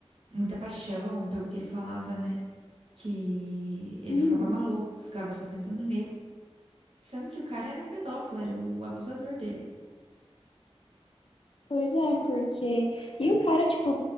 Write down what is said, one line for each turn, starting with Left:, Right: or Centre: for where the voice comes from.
Right: muita paixão pelo que ele falava, né? Que ele
Left: Hum,
Right: ficava maluco, que ficava só pensando nele. Sendo que o cara era o pedófilo, era o abusador dele.
Left: pois é, porque. E o cara, tipo,